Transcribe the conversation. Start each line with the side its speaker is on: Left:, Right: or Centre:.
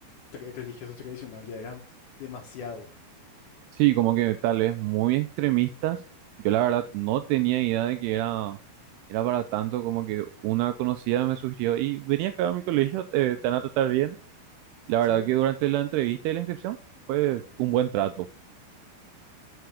Left: tra- religioso tradicional, ya eran demasiado.
Right: Sí, como que tal vez muy extremistas. Yo la verdad no tenía idea de que era, era para tanto, como que una conocida me sugirió y venía acá a mi colegio, eh, te van a tratar bien. La verdad
Left: Sí.
Right: que durante la entrevista y la inscripción fue un buen trato.